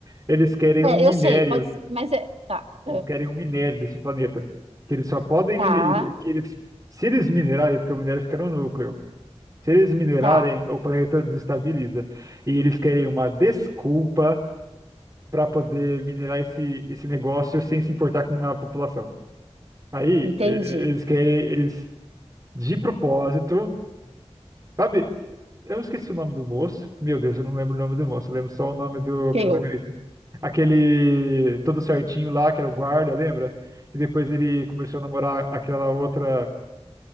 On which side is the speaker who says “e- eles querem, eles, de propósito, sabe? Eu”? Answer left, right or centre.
Right